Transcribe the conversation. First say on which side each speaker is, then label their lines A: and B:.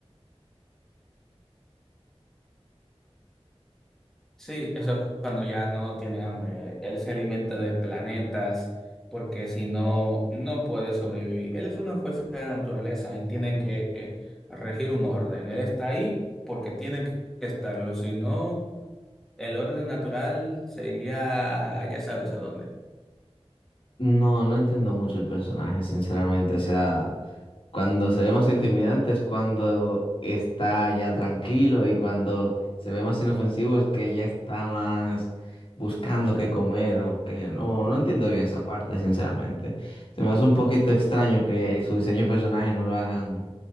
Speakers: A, in the centre; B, on the left.
A: Sí, eso es cuando ya no tiene hambre. Él se alimenta de planetas porque si no, no puede sobrevivir. Él es una fuerza de la naturaleza. Él tiene que regir un orden. Él está ahí porque tiene que estarlo. Si no... El orden natural sería, ya sabes a dónde.
B: No, no entiendo mucho el personaje, sinceramente. O sea, cuando se ve más intimidante es cuando está ya tranquilo y cuando se ve más inofensivo es que ya está más buscando qué comer o que no, no entiendo bien esa parte, sinceramente. Se me hace un poquito extraño que su diseño de personaje no lo hagan,